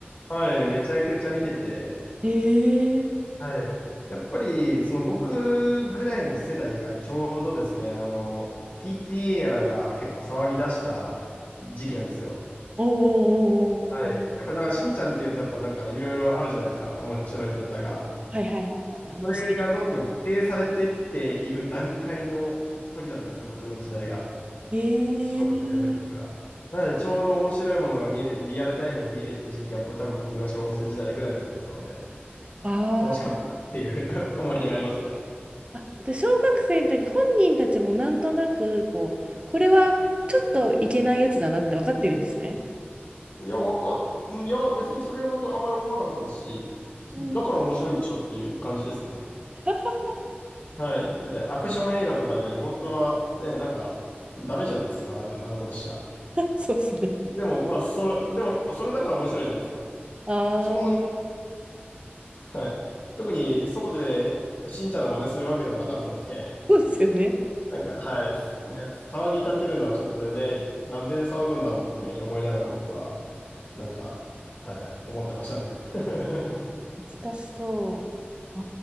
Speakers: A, on the left (about 45°); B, on the right (about 30°).
A: はい、めちゃくちゃ見てて、
B: ええ
A: はい。やっぱり、その僕ぐらいの世代がちょうどですね、あの、PTA やらが結構騒ぎ出した時期なんですよ。
B: おーおーおーおー
A: はい。やっぱなんかしんちゃんっていうと、やっぱなんかいろいろあるじゃないですか、面白いネタが。
B: はいはいはいはい、あの、
A: それがどんどん規定されていっている段階の時だったんですよ、
B: お尻。
A: 僕の時代が。
B: ええ
A: 小学生の時とかが。なので、ちょうど面白いものが見れ、リアルタイムで見れてた時期が、ぼ多分僕が小学生時代ぐらいの時だったので、
B: あー
A: 楽しかったっていう <laughs> 思い出がありますね。
B: あ、で小学生の時本人たちもなんとなく、こう、これはちょっといけないやつだなって分かってるんですね。
A: いや、わかっ、いや、別にそれはあんまり思わなかったですし、
B: うん
A: だから面白いんでしょっていう感じですね。
B: <laughs>
A: はい。だって、アクション映画とかで、本当はね、なんか、ダメじゃないですか、あんなことしちゃ。
B: そうですね。
A: でも、まあ、それ、でも、それだから面白いじゃないですか。
B: ああ。
A: そんな、はい。特に外でしんちゃんの真似するわけではなかったので、
B: そうですよね。
A: <laughs> なんか、はい、すね、騒ぎ立てるのはちょっとね、なんで騒ぐんだろうっていうふうに思いながら僕は、なんか、はい、思ってましたね。<laughs>
B: 懐かしそう。あ